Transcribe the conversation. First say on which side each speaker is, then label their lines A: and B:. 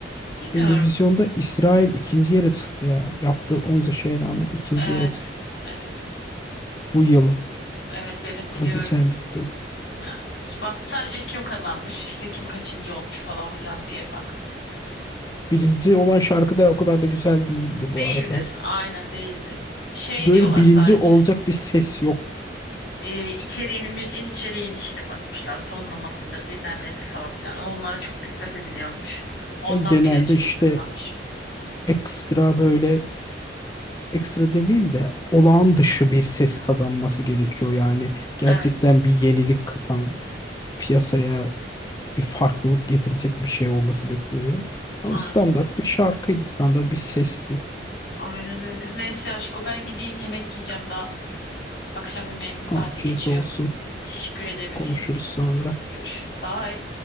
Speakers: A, on the left (about 65°); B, on the left (about 20°).
A: Bilmiyorum.
B: Eurovision'da İsrail ikinci yere çıktı ya. Yaptığı
A: Bi-
B: onca şeye rağmen ikinci
A: Evet
B: yere çıktı.
A: evet
B: Bu yıl.
A: evet evet
B: Daha
A: biliyorum.
B: geçen bitti.
A: Ha, Bak sadece kim kazanmış işte kim kaçıncı olmuş falan filan diye baktım.
B: Birinci olan şarkı da o kadar da güzel değildi
A: Değildi
B: bu arada.
A: aynen değildi. Şey
B: Böyle
A: diyorlar
B: birinci
A: sadece.
B: olacak bir ses yoktu.
A: e, içeriğini, müziğin içeriğini işte bakmışlar. Tonlamasıdır, bilmem nedir falan filan. Onlara çok dikkat ediliyormuş. Ondan
B: Yani genelde
A: birinciliği
B: işte
A: kazanmış.
B: ekstra böyle ekstra demeyeyim de olağan dışı bir ses kazanması gerekiyor yani gerçekten
A: Evet,
B: bir yenilik katan piyasaya bir farklılık getirecek bir şey olması bekleniyor. Ama
A: aynen.
B: standart bir şarkıydı, standart bir sesti.
A: Aynen öyle. Neyse aşko ben gideyim yemek yiyeceğim daha. Akşam yemeğimin saati
B: Afiyet
A: geçiyor.
B: olsun.
A: Teşekkür ederim efendim.
B: Konuşuruz sonra.
A: Görüşürüz. Bye.